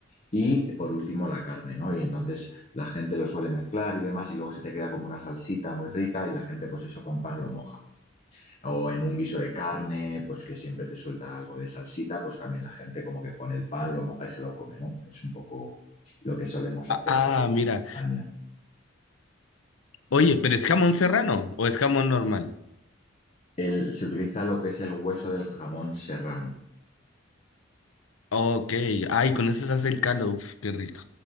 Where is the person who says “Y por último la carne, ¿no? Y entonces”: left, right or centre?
Left